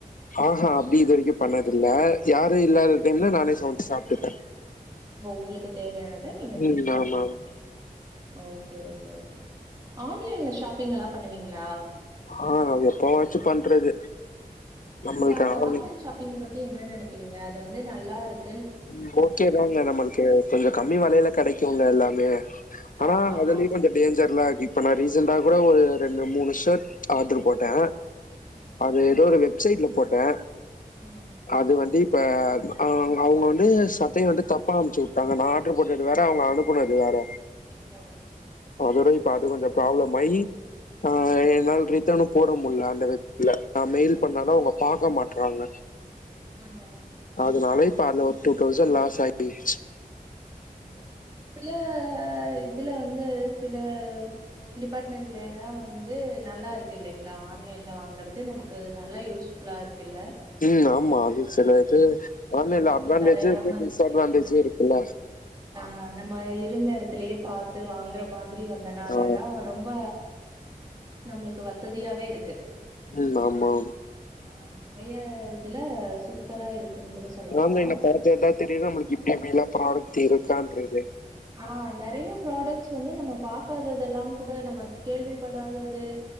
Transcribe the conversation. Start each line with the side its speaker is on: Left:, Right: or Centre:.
Left: ஆஹா அப்டி இது வரைக்கு பண்ணதில்ல யாரு இல்லாத டைம்ல நானே சமைச்சு சாப்டுப்பே
Right: உங்களுக்கு தேவையானத நீங்க செஞ்சு
Left: ம்
Right: சாப்டுக்குவிங்க
Left: ஆமா
Right: ஒகே ஒகே ஒகே ஆன்லைன்ல ஷாப்பிங் எல்லா பண்ணுவீங்களா
Left: ஆ அது எப்பவாச்சு பண்றது நம்மளுக்கு
Right: நீங்க அந்த
Left: ஆள்
Right: ஆன்லைன் ஷாப்பிங் பத்தி என்ன நெனைக்கிறீங்க அது வந்து நல்லாருக்
Left: ம் ஓகே தாங்க நம்மளுக்கு கொஞ்சோ கம்மி வெலைல கெடைக்கும்ல எல்லாமே ஆனா
Right: ஆமாமா.
Left: அதுலே கொஞ்சோ டேஞ்சர்லா இருக்கு இப்ப நா ரீசெண்டா கூட ஒரு ரெண்டு மூணு ஷேர்ட் ஆர்டர் போட்டே
Right: ம்,
Left: அது எதோ ஒரு வெப்சைட்ல போட்டே
Right: ம்.
Left: அது வந்து இப்ப ஆ அவுங்க வந்து சட்டைய வந்து தப்பா அமுச்சு விட்டாங்க நா ஆர்டர் போட்டது வேற அவுங்க அனுப்புனது வேற
Right: ஓ
Left: அதோடய இப்ப அது கொஞ்சோ ப்ராப்ளம் ஆயி ஆ என்னால ரிட்டனு போட முடியல அந்த வெப் சைட்ல நா மெயில் பண்ணாலு அவுங்க பாக்க மாட்றாங்க
Right: ம் ஆ
Left: அதுனால இப்ப அதுல ஒரு டூ தௌசண்ட் லாஸ் ஆயி பேய்டுசு
Right: ம் ஓ சில இதுல வந்து சில டிபார்ட்மெண்ட்ல தா வந்து நல்லா இருக்கு இல்லைங்களா ஆன்லைன்ல வாங்கறது நமக்கு நல்லா யூஸ்ஃபுல்லா இருக் குல்ல
Left: ம் ஆமா அது செல இது ஆன்லைன்ல
Right: போயி
Left: அட்வான்டேஜு
Right: அலையாம
Left: இருக்கு டிஸ்அட்வான்டேஜு
Right: திரியாம
Left: இருக்குல்ல
Right: ஆ நம்ம இருந்த எடத்துலயே பாத்து வாங்குற மாதி ரி வந்தனாலலா
Left: ஆ
Right: ரொம்ப நம்மளுக்கு வசதியாவே இருக்கு
Left: ம் ஆமா
Right: ஆஹ நெறைய இதுல சூப்பரா இருக்குன்னு கூட சொல்லலா
Left: ஆன்லைன்ல பாரத்தது தா திடீர்னு நம்மளுக்கு இப்டி இப்டிலா ப்ராடெக்ட் இருக்கான்ட்ருக்குது
Right: ஆஹ் நெறைய ப்ராடெக்ட்ஸ் வந்து நம்ம பாக்காததெல்லா கூட நம்ம கேள்விப்படாதது